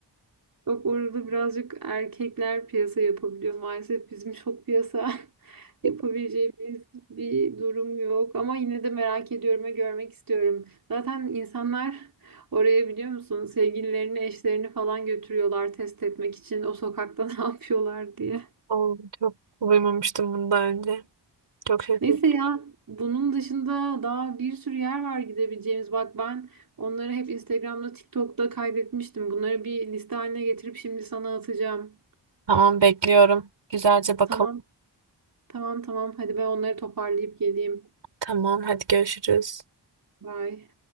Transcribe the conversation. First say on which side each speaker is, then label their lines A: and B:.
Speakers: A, on the right; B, on the right.
A: Yok orada birazcık erkekler piyasa yapabiliyor. Maalesef bizim çok piyasa <laughs>
B: <laughs>
A: yapabileceğimiz bir durum yok. Ama yine de merak ediyorum ve görmek istiyorum. Zaten insanlar oraya biliyor musun sevgililerini, eşlerini falan götürüyorlar test etmek için o sokakta <laughs> ne yapıyorlar diye.
B: Oo, çok duymamıştım bundan önce. Çok şaşırdım.
A: Neyse ya bunun dışında daha bir sürü yer var gidebileceğimiz. Bak ben onları hep Instagram'da, TikTok'ta kaydetmiştim. Bunları bir liste haline getirip şimdi sana atacağım.
B: Tamam bekliyorum. Güzelce bakalım.
A: Tamam. Tamam tamam. Hadi ben onları toparlayıp geleyim.
B: Tamam hadi görüşürüz.
A: Bye.